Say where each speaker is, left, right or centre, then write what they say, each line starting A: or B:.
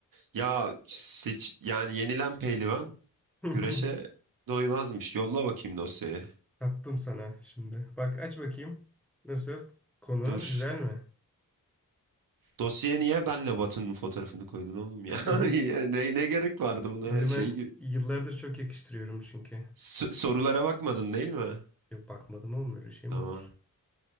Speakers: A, on the right; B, in the centre.
A: Ya seç yani yenilen pehlivan
B: <laughs>
A: güreşe doymazmış. Yolla bakayım dosyayı.
B: Attım sana şimdi. Bak aç bakayım. Nasıl? Konu
A: Dur.
B: güzel mi?
A: Dosyaya niye benle Batı'nın fotoğrafını koydun oğlum ya?
B: <laughs>
A: <laughs> Ya Ne, ne gerek vardı buna
B: Sizi
A: şey
B: ben
A: gibi.
B: yıllardır çok yakıştırıyorum çünkü.
A: S- sorulara bakmadın değil mi?
B: Yok bakmadım oğlum öyle şey
A: Tamam.
B: mi olur?